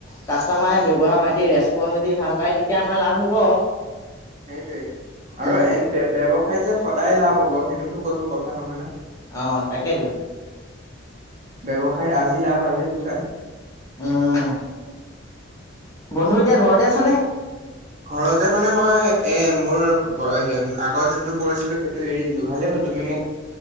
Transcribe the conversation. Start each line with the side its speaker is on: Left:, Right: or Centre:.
Left: কাষ্টমাৰে ব্যৱহাৰ-পাতি, ৰেচপন যদি ভাল পায়, তেতিয়া আমাৰ লাভ হ'ব।
Right: হেইটোৱে আৰু
Left: উম,
Right: ব্য-ব্যৱসায় যে সদায় লাভ হ'ব সেইটোতো কোনো কথা নহয় না।
Left: অ', তাকেইতো।
Right: ব্যৱসায়ত আজি লাভ, আজি লোকচান।
Left: উম, বন্ধু এতিয়া ঘৰতে আছা নে?
Right: ঘৰতে মানে মই এ মোৰ <unintelligible> আগৰ যোনটো কৰিছিলো সেইটো এৰি দিলো। ভালেই হ'ল তুমি মোক